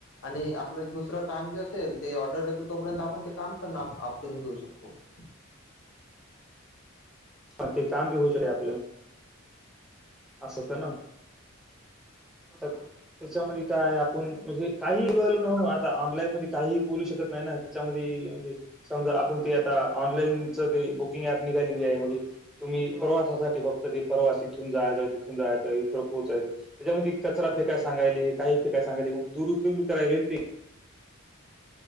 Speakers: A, on the left; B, in the centre.
A: आणि आपलं दुसरं काम जे असेल. ते ऑर्डर येतो तोपर्यंत आपण ते काम पण आपटून घेऊ शकतो <inaudible>
B: पन ते काम बी होऊ शके आपलं असंत ना त्याच्यामध्ये काय आपण म्हणजे काहीलो न आता ऑनलाईन मध्ये काही बोलू शकतो नाही त्याच्यामध्ये समजा आपण ते आता ऑनलाईनच ते बुकिंग ऍप निघालेली आहे म्हणजे. तुम्ही प्रवासासाठी फक्त ते प्रवास इथून जायच तिथून जायच इथं. पोचायच त्याच्यामध्ये कचरा फेकाय सांगाय काही फेकायांगाय दुरुपयोगीरा.